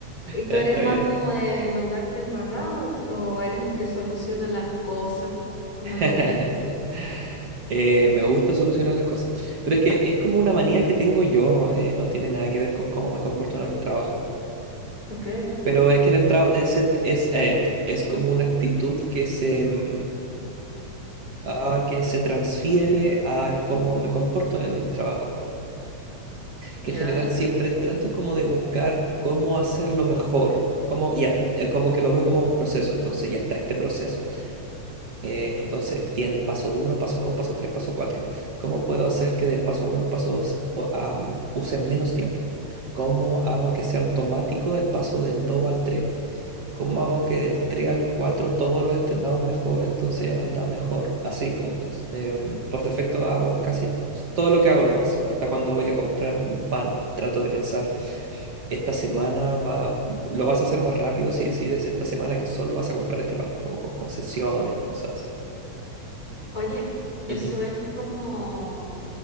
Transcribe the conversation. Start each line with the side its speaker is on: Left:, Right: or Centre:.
Left: ¿Y tú
Right: Ya
Left: eres
Right: está
Left: más
Right: bien.
Left: como de mandarte embarrado o, t- o eres el que soluciona las cosas, como
Right: <laughs>
Left: algunos?
Right: Eh, me gusta solucionar las cosas, pero es que es como una manía que tengo yo, eh, no tiene nada que ver con cómo me comporto en el trabajo.
Left: Ok,
Right: Pero es que en el trabajo es, et- es esto, es como una actitud que se, mm, ah, que se transfiere a cómo me comporto en el trabajo.
Left: ya.
Right: Que en general siempre trato como de buscar cómo hacerlo mejor, como, ya, eh, como que lo veo como un proceso, entonces ya está este proceso Eh, entonces tiene el paso uno, paso 2, paso 3, paso 4. ¿Cómo puedo hacer que del paso uno al paso 2 use menos tiempo? ¿Cómo hago que sea automático el paso del 2 al 3? ¿Cómo hago que del 3 al 4 todos lo entendamos mejor, entonces anda mejor? Así como it's, em, por defecto hago casi todo lo que hago lo hago así. Hasta cuando voy a comprar un pan, trato de pensar, esta semana va, lo vas a hacer más rápido si decides esta semana que solo vas a comprar este pan, como con concesiones o cosas así.
Left: Oye, eso
Right: Ujú.
Left: es como,